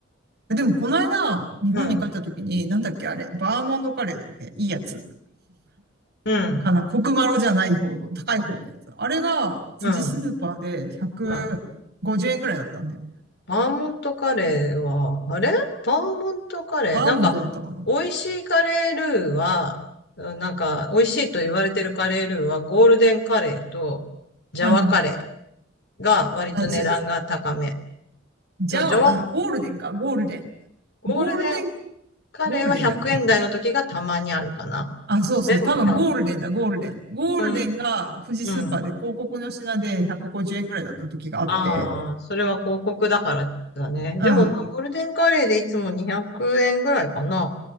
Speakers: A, on the right (about 55°); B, on the left (about 55°).
A: パーでも、この間、日本に帰った時に、
B: うん。
A: なんだっけ、あれ、バーモンドカレーだっけいいやつ。
B: うん。
A: かな、コクマロじゃない方の、高い方のやつ。あれが、
B: うん。
A: 富士スーパーで150円くごじゅうえんくらいだったんだよ。
B: うん。バーモントカレーは、あれバーモントカレー。
A: バーモントだったかな。
B: なんか、美味しいカレールーは、うんなんか、美味しいと言われてるカレールーは、ゴールデンカレーと、ジャワカレ
A: うん。
B: ーが割と値段が高め。
A: あ、じゃ、じゃあ、
B: と、ジャワ、
A: あゴールデンか、ゴールデン。
B: ゴールデン
A: ゴールデン、
B: カレーは100円台の時がたまにあるかな。
A: ゴールデンだっけあ、そうそう、
B: でも1
A: 多分ゴールデンだ、ゴールデン。ゴールデンが富士スーパーで広告の品で150円くごじゅうえんくらいだった時があって、
B: うん、うん。ああ、それは広告だからだね。
A: うん。
B: でも、まあ、ゴールデンカレーでいつも200円ぐらいかな。